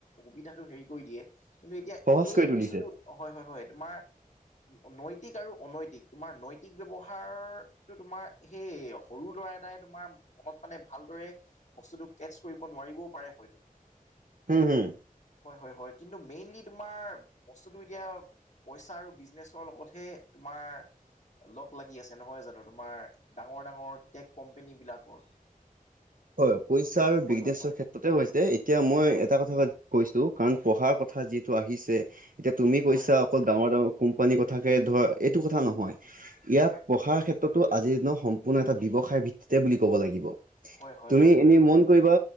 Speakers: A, on the left; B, on the right.
A: সুবিধাটো হেৰি কৰি দিয়ে কিন্তু এতিয়া
B: সহজ
A: সেই
B: কৰি তুলিছে
A: বস্তুটো হয়- হয়- হয় তোমাৰ নৈতিক আৰু অনৈতিক তোমাৰ নৈতিক ব্যৱহাৰ তো তোমাৰ সেই সৰু ল'ৰা এটাই তোমাৰ মনত মানে ভালদৰে বস্তুটো কেটচ কৰিব নোৱাৰিবও পাৰে হয়তো।
B: হম -হম।
A: হয় -হয় -হয় কিন্তু মেইনলি তোমাৰ বস্তুটো এতিয়া পইচা আৰু বিজনেচৰ লগতহে তোমাৰ লগ লাগি আছে নহয় জানো তোমাৰ ডাঙৰ- ডাঙৰ টেক কোম্পনী বিলাকৰ?
B: হয় পইচা আৰু
A: হয়
B: বিজনেছৰ
A: হয় হয়
B: ক্ষেত্ৰতে হৈছে এতিয়া মই
A: হয়
B: এটা
A: হয়
B: কথা
A: হয়
B: কৈছো কাৰণ পঢ়াৰ কথা যিহেতু আহিছে এতিয়া তুমি কৈছা
A: হয় হয়
B: অকল ডাঙৰ- ডাঙৰ কোম্পানীৰ কথাকে ধৰ এইটো কথা নহয় ইয়াত পঢ়াৰ ক্ষেত্ৰতো আজিৰ নহ সম্পূৰ্ণ এটা ব্যৱহাৰ‌ ভিত্তিতে বুলি কব লাগিব।
A: হয় হয়
B: তুমি
A: হয় হয় হয় হয়
B: এনে মন কৰিবা